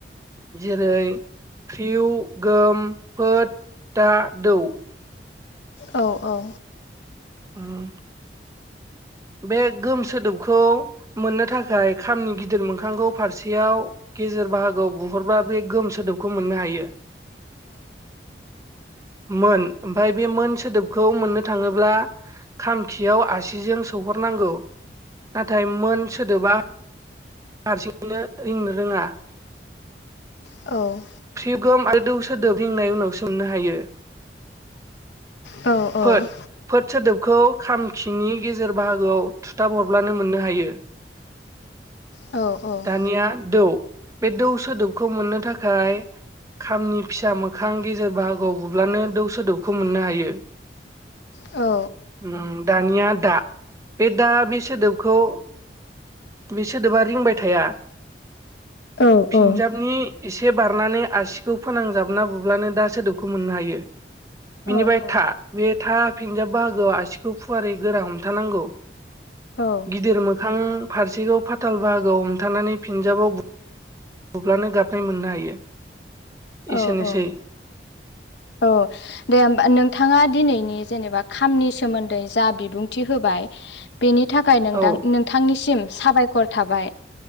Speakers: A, on the right; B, on the left.
A: जेरै प्रिउ गोम फो दा दौ
B: औ औ
A: ओम बे गोम सोदोबखौ मोननो थाखाय खामनि गिदिर मोखांगौ फारसेयाव गेजेर बाहागो आव बुहरबा बे गोम सोदोबखौ मोननो हायो मोन ओमफ्राय बे मोन सोदोबखौ मोननो थाङोब्ला खामखियाव आसिजों नांगौ नाथाय मोन सोदोबा हारसिङैनो रिंनो रोङा
B: औ
A: प्रिउगोम आरो दौसो दोबलिंनाय उनाव सोमनो हायो
B: औ औ
A: फोद फोद सोदोबखौ खामखिनि गेजेर बाहागोआव थुथाब हरब्लानो मोननो हायो
B: औ औ
A: दानिया दौ बे दौ सोदोबखौ मोननो थाखाय खामनि फिसा मो खां गेजेर बाहागोआव बुब्लानो दौ सोदोबखौ मोननो हायो
B: औ
A: ओम दानिया दा बे दा बे सोदोबखौ बे सोदोबा रिंबाय थाया
B: औ
A: फिनजाबनि
B: औ औ
A: एसे बारनानै आसिखौ फोनांजाबना बुब्लानो दा सोदोबखौ मोननो हायो
B: औ
A: बिनिफ्राय
B: औ
A: था बे था फिन्जाब बाहागोआव आसिखौ फुवारै गोरा हमथानांगौ
B: औ
A: गिदिर मोखां फारसेखौ फाथाल बाहागोआव हमथानानै फिनजाबाव ब अब्लानो गाबनाय मोननो हायो
B: औ
A: एसेनोसै
B: औ औ दे होमबा नोंथाङा दिनैनि जेनेबा खामनि सोमोन्दै जा बिबुंथि होबाय बेनि थाखाय नोंथां
A: औ
B: नोंथांनिसिम साबायखर थाबाय